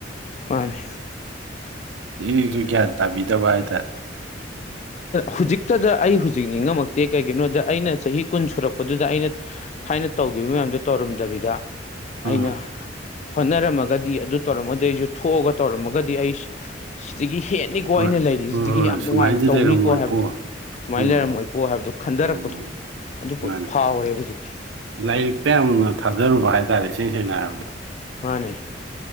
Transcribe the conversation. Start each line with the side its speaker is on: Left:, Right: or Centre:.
Left: ꯃꯥꯅꯦ
Right: ꯁꯤꯁꯨ ꯒ꯭ꯌꯥꯟ ꯇꯥꯕꯤꯗꯕ ꯍꯥꯏꯇꯥꯔꯦ꯫
Left: ꯍꯧꯖꯤꯛꯇꯗ ꯑꯩ ꯍꯧꯖꯤꯛ ꯅꯤꯡꯉꯝꯃꯛꯇꯦ ꯀꯩꯒꯤꯅꯣꯗ ꯑꯩꯅ ꯆꯍꯤ ꯀꯨꯟ ꯁꯨꯔꯛꯄꯗꯨꯗ ꯑꯩꯅ ꯊꯥꯏꯅ ꯇꯧꯈꯤꯕ ꯃꯌꯥꯝꯗꫭ ꯇꯧꯔꯝꯗꯕꯤꯗ
Right: ꯎꯝ
Left: ꯑꯩꯅ ꯍꯣꯠꯅꯔꯝꯃꯒꯗꯤ ꯑꯗꯨ ꯇꯧꯔꯝꯃꯗꯤ ꯑꯩꯁꯨ ꯊꯣꯛꯑꯒ ꯇꯧꯔꯝꯃꯒꯗꯤ ꯑꯩ ꯁꯤꯗꯒꯤ ꯍꯦ ꯅꯤꯀꯣ
Right: ꯍꯣꯏ
Left: ꯑꯩꯅ ꯂꯩꯔꯤꯁꯤꯗꯒꯤ
Right: ꯍꯣꯏ ꯍꯣꯏ
Left: ꯌꯥꯝ
Right: ꯁꯨꯃꯥꯏꯅꯗꯤ
Left: ꯅꯨꯡꯉꯥꯏꯅ ꯇꯧꯅꯤꯀꯣ
Right: ꯂꯩꯔꯝꯃꯣꯏꯀꯣ
Left: ꯍꯥꯏꯕꯗꯨ ꯁꯨꯃꯥꯏꯅ
Right: ꯎꯝ
Left: ꯂꯩꯔꯝꯃꯣꯏꯀꯣ ꯍꯥꯏꯕꯗꫭ ꯈꯟꯊꯔꯛꯄꯗꯣ꯫
Right: ꯎꯝ
Left: ꯑꯗꯨ ꯄꯣꯠꯇꯣ
Right: ꯃꯥꯅꯦ
Left: ꯐꯥꯎꯔꯦꯕ ꯍꯧꯖꯤꯛꯇꯤ꯫
Right: ꯂꯥꯏꯔꯤꯛꯇ ꯌꯥꯝꯅ ꯊꯥꯗꯔꯨꯕ ꯍꯥꯏꯇꯥꯔꯦ ꯏꯁꯦꯡ ꯁꯦꯡꯅ ꯍꯥꯏꯔꯕꯗ꯫
Left: ꯃꯥꯅꯦ꯫